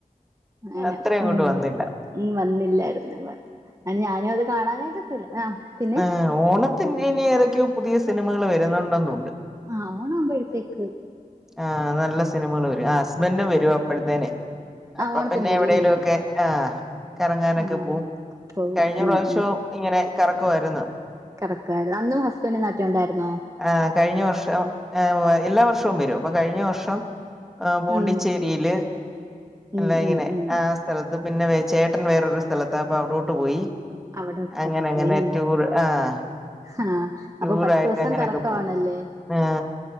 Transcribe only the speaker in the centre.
അത്ര അങ്ങോട്ട്
വന്നില്ല
ഏ ഓണത്തിന് ഇനി ഏതൊക്കെയോ പുതിയ സിനിമകൾ വരുന്നുണ്ടെന്നുണ്ട്
ആ നല്ല സിനിമകൾ വരും ആ ഹുസ്ബൻഡിനും വരും അപ്പോഴത്തേനെ
അപ്പൊ
പിന്നെ
എവിടെലും
ഒക്കെ ആഹ് കറങ്ങാനൊക്കെ
പോവും
കഴിഞ്ഞ
പ്രാവശ്യവും
ഇങ്ങനെ കറക്കമായിരുന്നു
ആ കഴിഞ്ഞ വർഷം ആ എല്ലാ വർഷവും വരും അപ്പൊ കഴിഞ്ഞ വർഷം ആ പൂണ്ടിച്ചേരി
യില്
എല്ലാം
ഇങ്ങനെ
ആ സ്ഥലത്ത് പിന്നെ വേ ചേട്ടൻ വേറൊരു സ്ഥലത്താ അപ്പൊ അവിടോട്ട് പോയി
അങ്ങനെ അങ്ങനെ
ടൂർ ആഹ്
ടൂറായിട്ട്
അങ്ങനെയൊക്കെ
പോകും ആ